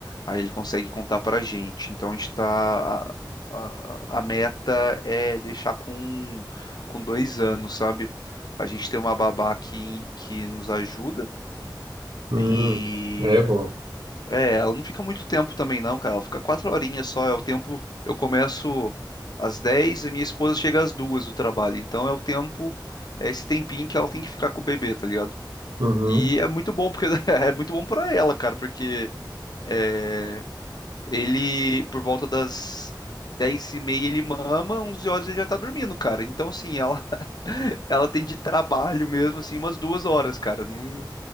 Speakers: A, on the left (about 60°); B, on the right (about 80°).
A: Aí ele consegue contar para a gente. Então a gente tá. A, a- a meta é deixar com, com dois anos, sabe? A gente tem uma babá que, que nos ajuda.
B: Hum,
A: E
B: é bom.
A: é, ela não fica muito tempo também, não, cara. Ela fica quatro horinhas só. É o tempo. Eu começo às 10 e minha esposa chega às duas do trabalho. Então é o tempo, é esse tempinho que ela tem que ficar com o bebê, tá ligado?
B: Uhum.
A: E é muito bom, porque <laughs> é muito bom pra ela, cara, porque é, ele, por volta das 10 e meia, ele mama, 11 horas ele já tá dormindo, cara. Então, assim, ela, <laughs> ela tem de trabalho mesmo, assim, umas duas horas, cara. Não,